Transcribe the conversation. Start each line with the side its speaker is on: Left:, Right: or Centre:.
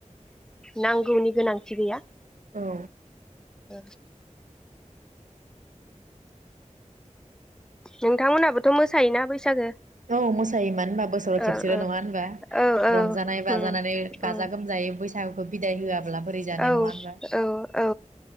Centre: नांगौनि गोनांथि गैया।
Right: औ
Centre: ओ नोंथांमोनहाबोथ' मोसायोना बैसागो?
Right: औ मोसायो मानो होनबा बोसोराव खेबसेल'
Centre: ओ ओ
Right: नङा होनबा
Centre: औ औ
Right: रंजानाय बाजानानै
Centre: उम
Right: गाजा
Centre: उम
Right: गोमजायै बैसा <unintelligible> बिदाय होआब्ला बोरै जानाय
Centre: औ
Right: नङा होनबा
Centre: औ औ